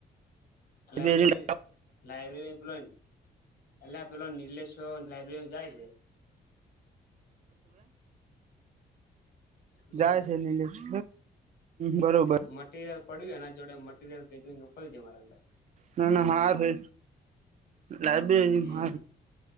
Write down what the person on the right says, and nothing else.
લાયબ્રેરી
જાય છે નિલેશ બરોબર
ના ના હાર હે લાઈબ્રેરી
હ